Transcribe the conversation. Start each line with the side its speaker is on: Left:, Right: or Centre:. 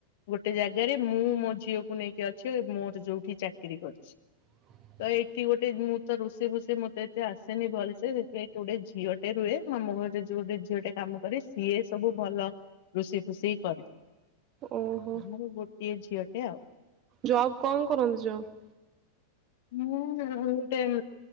Left: ଗୋଟେ ଜାଗାରେ ମୁଁ ମୋ ଝିଅକୁ ନେଇକି ଅଛି ମୋର ଯୋଉଠି ଚାକିରି କରିଛି।
Right: ହ
Left: ତ ଏଇଠି ଗୋଟେ ମୁଁ ତ ରୋଷେଇ ଫୋଷେଇ ମତେ ଏତେ ଆସେନି ଭଲସେ ସେଇଥିପାଇଁ ଏଇଠି ଗୋଟେ ଝିଅ ଟେ ରୁହେ, ଆମ ଘରରେ ଯୋଉ ଗୋଟେ ଝିଅଟେ କାମ କରେ ସିଏ ସବୁ ଭଲ ରୋଷେଇ ଫୋସେଇ କରେ,
Right: ଓହୋ
Left: ମୋର ଗୋଟିଏ ଝିଅଟେ ଆଉ।
Right: ଜବ୍ କଣ କରନ୍ତି ଜବ୍?
Left: ମୁଁ ଗୋଟେ